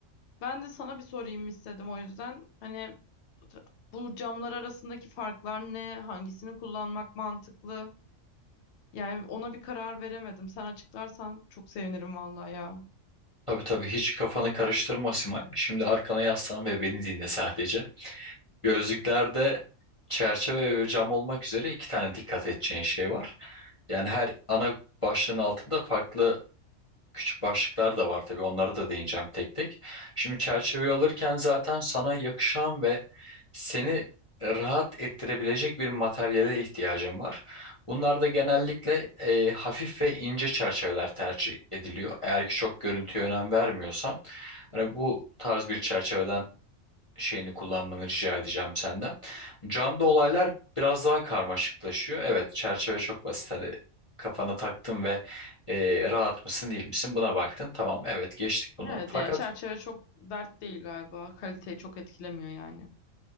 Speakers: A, on the left (about 65°); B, on the left (about 35°).
A: Ben de sana bir sorayım istedim o yüzden. Hani bu camlar arasındaki farklar ne? Hangisini kullanmak mantıklı? Yani ona bir karar veremedim. Sen açıklarsan çok sevinirim vallahi ya.
B: tabii tabii hiç kafanı karıştırma Simay. Şimdi arkana yaslan ve beni dinle sadece. Gözlüklerde çerçeve ve cam olmak üzere iki tane dikkat edeceğin şey var. Yani her ana başlığın altında farklı küçük başlıklar da var tabii. Onlara da değineceğim tek tek. Şimdi çerçeveyi alırken zaten sana yakışan ve seni rahat ettirebilecek bir materyale ihtiyacın var. Bunlar da genellikle e, hafif ve ince çerçeveler tercih ediliyor. Eğer ki çok görüntüye önem vermiyorsan, hani bu tarz bir çerçeveden şeyini kullanmanı rica edeceğim senden. Camda olaylar biraz daha karmaşıklaşıyor. Evet, çerçeve çok basit. Hani kafana taktın ve e, rahat mısın değil misin buna baktın. Tamam, evet geçtik bunu.
A: Evet
B: Fakat
A: yani çerçeve çok dert değil galiba. Kaliteyi çok etkilemiyor yani.